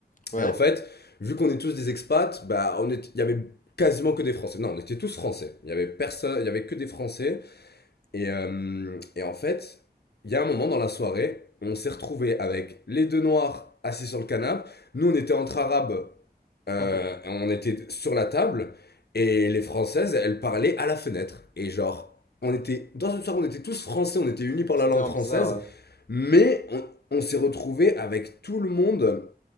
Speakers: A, on the left; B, on the left.
A: Ouais.
B: Et en fait, vu qu'on est tous des expats, bah on est, il y avait quasiment que des Français. Non, on était tous Français. Il y avait personne, il y avait que des Français. Et, euh, et en fait, il y a un moment dans la soirée, on s'est retrouvé avec les deux noirs assis sur le canapé. Nous, on était entre arabes, euh,
A: <laughs>
B: on était sur la table, et les françaises, elles parlaient à la fenêtre. Et genre, on était dans une soirée, on était tous français, on était unis par
A: C'est
B: la langue
A: tellement
B: française,
A: bizarre, ouais.
B: mais on, on s'est retrouvé avec tout le monde